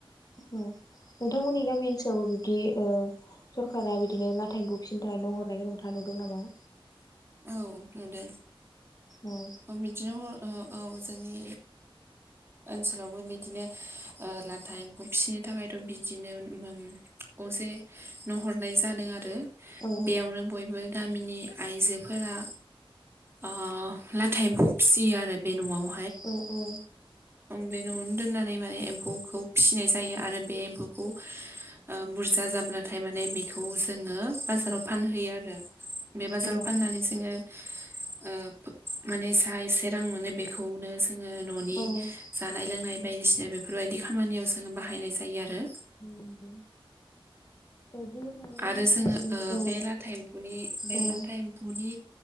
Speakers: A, on the left (about 40°); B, on the right (about 25°).
A: औ नोंथांमोननि गामि ओनसोलावबो बिब्दि ओ सरकारा बिदिनो लाथाइ बुफिननो थाखाय न' हरनायखौ नोंथाङा नुदों नामा?
B: औ नुदों।
A: औ
B: बिदिनो हर ओ औ जोंनि ओनसोलावबो बिदिनो लाथा एम्फौ फिसिनो थाखायथ' बिदिनो गंसे न हरनाय जादों आरो
A: औ
B: बेयावनो बयबो गामिनि आइजोफोरा ओ लाथा एम्फौ फिसियो आरो बे न'आव।
A: औ औ।
B: बे न'आवनो दोननानै माने एम्फौखौ फिसिनाय जायो आरो बे एम्फौखौ ओ बुरजा जाब्लाथाय माने बेखौ जोङो बाजाराव फानहैयो आरो बे बाजाराव
A: औ
B: फाननानै जोङो ओ माने जा एसे रां मोनो बेखौनो जोङो न'नि
A: औ
B: जानाय लोंनाय बायदिसिना बेफोरबायदि खामानियाव जो बायनाय जायो आरो।
A: नंगौ बुंनो थाङोब्ला
B: आरो
A: लाथा
B: जोङो
A: एम्फौनि
B: ओ
A: औ
B: बे लाथा एम्फौनि बे
A: औ
B: लाथा एम्फौनि